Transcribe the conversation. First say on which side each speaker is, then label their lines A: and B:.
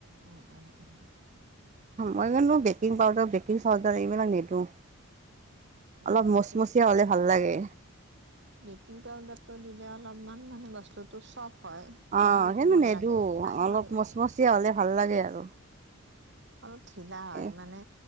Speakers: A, on the right; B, on the right.
A: উম, উম, উম।
B: মই কিন্তু বেকিং পাউদাৰ বেকিং চাউদাৰ এইবিলাক নিদো
A: নহয়
B: অলপ মচমচি য়া হ'লে ভাল লাগে।
A: বেকিং পাউদাৰটো দিলে অলপমান মানে বস্তুটো চফ্‌ট হয়। কোমল
B: অঁ
A: কোমল
B: সেইমানে
A: লাগে
B: এইটো
A: খাই
B: অলপ
A: ভাল লাগে
B: মচমচীয়া হলে ভাল লাগে আৰু।
A: অলপ ঢিলা হয়
B: এই
A: মানে